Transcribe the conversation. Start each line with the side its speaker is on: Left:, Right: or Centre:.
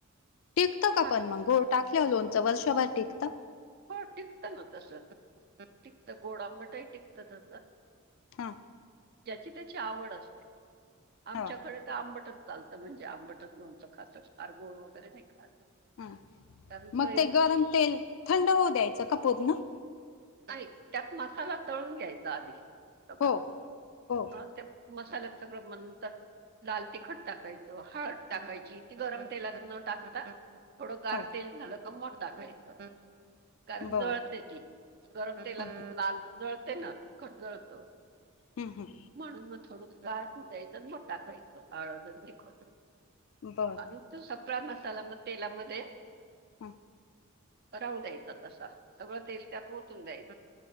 Left: टिकत का पण
Right: क-
Left: मग? गूळ टाकल्यावर लोनचं वर्षभर टिकत?
Right: हो टिकत ना तस, टिकत गोड आंबटही टिकत तस.
Left: हा
Right: ज्याची त्याची आवड असते आमच्याकडे
Left: हो
Right: आंबटच चालत म्हणजे आंबटच लोणच खातात फार गोड वगैरे नाही खात
Left: हा
Right: कारण
Left: मग
Right: कैरी
Left: ते गरम तेल थंड होऊ द्यायचं का पूर्ण?
Right: नाही त्यात मसाला तळून घ्यायचा आधी सगळा,
Left: हो हो
Right: म ते मसाल्यात सगळ मंद लाल तिखट टाकायच, हळद टाकायची ती गरम तेलात न टाकता थोड गार
Left: हो
Right: तेल झाल का म टाकायच कारण
Left: बर
Right: जळते ती गरम तेलात
Left: हं,
Right: लाल जळते ना तिखट जळत
Left: हम्म हम्म
Right: म्हणून मग थोड गार होऊ द्यायचं म टाकायच हळद अन तिखट
Left: हं, बर
Right: अणि तो सगळा मसाला म तेलामध्ये
Left: हं,
Right: राहू द्यायचा तसा सगळ तेल त्यात ओतून द्यायच